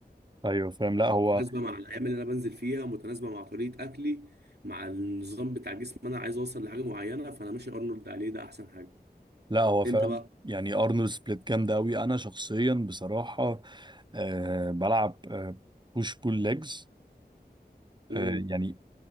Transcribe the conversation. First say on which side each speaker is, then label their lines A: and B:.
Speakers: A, on the right; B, on the right.
A: ايوه فاهم لا هو
B: متناسبه مع الايام اللي انا بنزل فيها متناسبه مع طريقه اكلي مع النظام بتاع جسمي انا عايز اوصل لحاجه معينه فانا ماشي ارنولد عليه ده احسن حاجه
A: لا هو
B: انت
A: فعلا
B: بقى
A: يعني ارنولد سبليت جامده قوي انا شخصيا بصراحه آه بلعب بوش بول ليجز
B: امم
A: أه push pull legs. آه، يعني